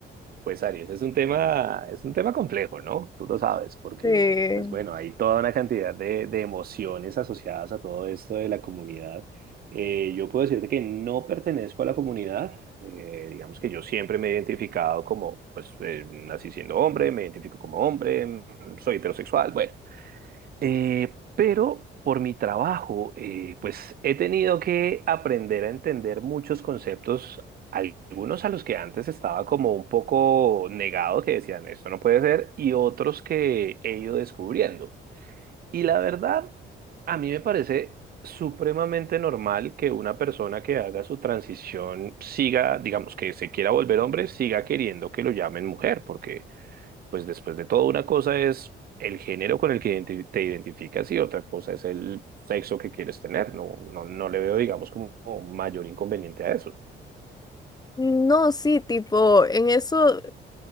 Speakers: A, on the right; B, on the left.
A: Pues Aries, es un tema, es un tema complejo, ¿no? Tú lo sabes, porque,
B: Sí.
A: pues bueno, hay toda una cantidad de, de emociones asociadas a todo esto de la comunidad. Eh, yo puedo decirte que no pertenezco a la comunidad. Eh, digamos que yo siempre me he identificado como, pues, eh, nací siendo hombre, me identifico como hombre, mm, soy heterosexual, bueno. Eh, pero por mi trabajo, eh, pues he tenido que aprender a entender muchos conceptos, algunos a los que antes estaba como un poco negado, que decían, esto no puede ser, y otros que he ido descubriendo. Y la verdad, a mí me parece supremamente normal que una persona que haga su transición siga, digamos, que se quiera volver hombre, siga queriendo que lo llamen mujer, porque pues después de todo, una cosa es el género con el que identi- te identificas y otra cosa es el sexo que quieres tener. No, no, no le veo, digamos, como mayor inconveniente a eso.
B: No, sí, tipo, en eso